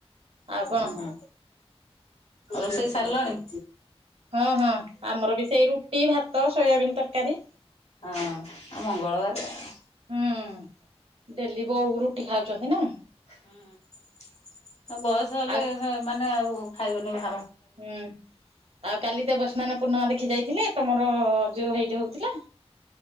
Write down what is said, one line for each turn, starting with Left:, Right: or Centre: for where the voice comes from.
Right: ଆଉ କଣ?
Left: ହୁଁ। ରୋଷେଇ ସାରିଲଣି?
Right: ହଁ ହଁ ଆମର ବି ସେଇ ରୁଟି ଭାତ ସୋୟାବିିନ ତରକାରୀ।
Left: ହଁ ମଙ୍ଗଳବାରେ ଆ
Right: ହୁଁ ଡେଲି ବୋଉ ରୁଟି ଖାଉଛନ୍ତି ନା।
Left: ହୁଁ ବୟସ ହେଲେ
Right: ଆଉ
Left: ମାନେ ଆଉ ଖାଇବେନି ଭା
Right: ହୁଁ ଆଉ କାଲି,, ଦେବସ୍ନାନ ପୂର୍ଣ୍ଣିମା ଦେଖି ଯାଇଥିଲେ? ତମର ଯଉ ହେଇଠେ ହଉଥିଲା।